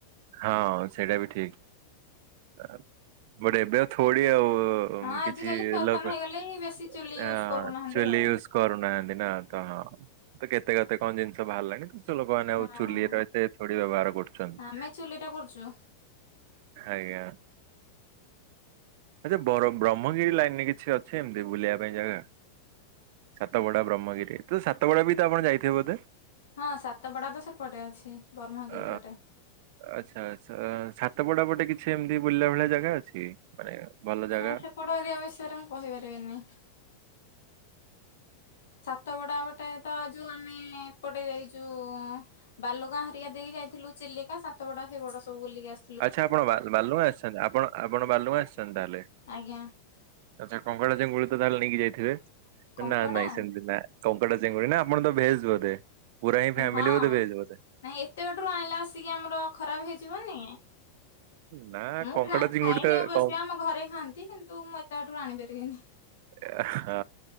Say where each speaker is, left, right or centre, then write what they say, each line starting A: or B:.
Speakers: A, on the right; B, on the left.
A: ହଁ ସେଇଟା ବି ଠିକ୍ ଆ ବଟ୍ ଏବେ ଥୋଡି ଆଉ ଉଁ
B: ହଁ
A: କିଛି
B: ଆଜିକାଲି ଫ୍ୟାସନ
A: ଲୋକ୍
B: ହେଇଗଲେ
A: ଏ‍ଁ
B: ବେଶୀ ଚୁଲି ୟୁଜ କରୁନାହାନ୍ତି
A: ଚୁଲି
B: ଆଉ।
A: ୟୁଜ କରୁନାହାନ୍ତି ନା ତଣ ତ କେତେ କେତେ କଣ ଜିନିଷ ବାହାରିଲାଣି ତ ଲୋକମାନେ
B: ହଁ
A: ଆଉ ଚୁଲିର ଏତେ ଥୋଡି ବ୍ୟବହାର କରୁଚନ୍ତି।
B: ଆମେ ଚୁଲିରେ କରୁଚୁ।
A: ଆଜ୍ଞା। ଆଚ୍ଛା ବରମ ବ୍ରହ୍ମଗିରି ଲାଇନ୍ ରେ କିଛି ଅଛି ଏମିତି ବୁଲିବା ପାଇଁ ଜାଗା। ସାତବଡା ବ୍ରହ୍ମଗିରି ତ ସାତ ବଡା ବି ତ ଆପଣ ଯାଇଥିବେ ବୋଧେ।
B: ହଁ ସାତପଡା ତ ସେପଟେ ଅଛି ବ୍ରହ୍ମଗିରି
A: ଅ
B: ପଟେ।
A: ଆଚ୍ଛା ଆଛା ସାତପଡା ପଟେ କିଛି ଏମିତି ବୁଲିଲା ଭଳିଆ ଜାଗା ଅଛି ମାନେ ଭଲ
B: ନାଇଁ
A: ଜାଗା।
B: ସେପଟ ଏରିଆ ବିଷୟରେ ମୁଁ କହିପାରିବିନି। ସାତପଡା ପଟେ ତ ଯୋଉ ଆମେ ଏପଟେ ଯାଇଚୁ ଉଁ ବାଲୁଗାଁ ହେରିକା ଦେଇକି ଯାଇଥିଲୁ ଚିଲିକା ସାତପଡା ସେପଟ ସବୁ ବୁଲିକି ଆ
A: ଆଚ୍ଛା ଆପଣ ବା-ବାଲୁଗାଁ ଆସିଚନ୍ତି ଆପଣ ଆପଣ ବାଲୁଗାଁ ଆସିଚନ୍ତି ତାହେଲେ।
B: ଆଜ୍ଞା
A: ଆଚ୍ଛା କଙ୍କଡା, ଚିଙ୍ଗୁଡି ତ ତାହେଲେ ନେଇକି ଯାଇଥିବେ।
B: କଙ୍କଡା
A: ନାଁ ନାଇଁ ସେମତି ନାଁ କଙ୍କଡା, ଚିଙ୍ଗୁଡି ନା ଆପଣ ତ ଭେଜ୍ ବୋଧେ? ପୁରା ହିଁ ଫ୍ୟାମିଲି
B: ହଁ
A: ବୋଧେ ଭେଜ ବୋଧେ।
B: ନାଇଁ ଏତେ ବାଟରୁ ଆଣିଲା ଆସିକି ଆମର ଖରାପ ହେଇଯିବନି।
A: ନା
B: ମୁଁ
A: କଙ୍କଡା ଚିଙ୍ଗୁଡି
B: ଖାଏନି
A: ତ
B: ଅବଶ୍ୟ
A: କଁ
B: ଆମ ଘରେ ଖାଆନ୍ତି କି ତୁ ମୁଁ ଏତେ ବାଟରୁ ଆଣିପାରିବିନି।
A: ଏ ହଁ